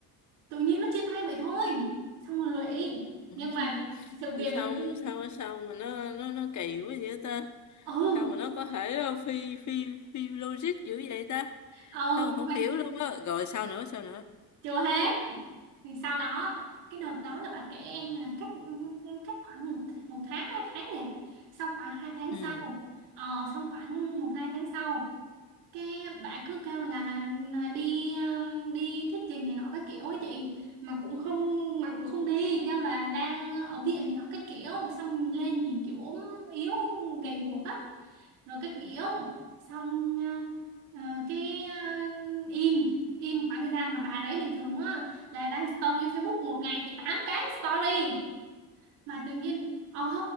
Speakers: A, on the right; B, on the left.
A: tự nhiên nó chia tay vậy thôi xong rồi lụy
B: <laughs>
A: nhưng mà sự việc
B: sao
A: còn chưa
B: sao sao mà nó nó nó kỳ quá vậy ta
A: ừ
B: sao mà nó có thể ờ, phi phi phi logic dữ vậy ta
A: ừ
B: không không
A: nhưng mà
B: hiểu luôn á rồi sao nữa sao nữa
A: chưa hết thì sau đó cái đợt đó là bà kể em là cách cách khoảng một một tháng hai tháng gì à. sau khoảng hai tháng
B: ừ
A: sau ờ, xong khoảng một hai tháng sau cái bạn cứ kêu là, là đi um, đi thuyết trình này nọ các kiểu ấy chị mà cũng không mà cũng không đi kêu là đang ở viện này nọ các kiểu xong lên nhìn kiểu ốm yếu gầy guộc á rồi các kiểu xong ờ, ờ, cái ờ, im im khoảng thời gian mà bà đấy bình thường á là đăng story Facebook một ngày phải tám cái story mà tự nhiên ồ